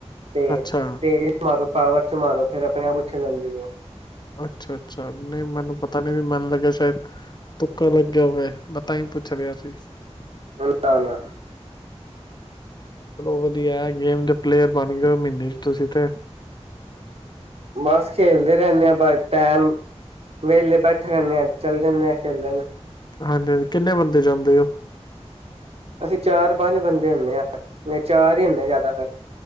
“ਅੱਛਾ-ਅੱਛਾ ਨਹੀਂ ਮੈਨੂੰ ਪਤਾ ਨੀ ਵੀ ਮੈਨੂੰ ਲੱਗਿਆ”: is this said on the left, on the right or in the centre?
Left